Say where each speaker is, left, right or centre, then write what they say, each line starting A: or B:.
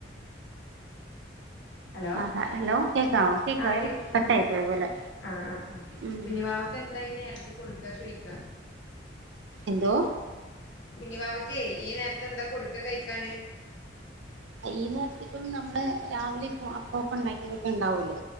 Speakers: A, on the left; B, on the right.
A: ഹലോ
B: ആഹഹ ഹലോ കേക്ക കേക്ക
A: ആഹ്
B: കട്ട
A: ആഹ്
B: ആയി പോയ പോലെ
A: ആഹ് ആ് ആ്
B: ഉം
A: കുഞ്ഞിവാവക്കെ എന്താ നേരത്ത് കൊടുക്കാ ചോയിക്കാ
B: ന്തോ
A: കുഞ്ഞിവാവക്കേ ഈ നേരത്തെ എന്താ കൊടുക്ക കഴിക്കാന്
B: ഈ നേരത്തി ഇപ്പം നമ്മള് രാവിലെ ഇപ്പൊ അപ്പൊക്കെ ഉണ്ടാക്കിയതൊക്കെ ഉണ്ടാവൂല്ലോ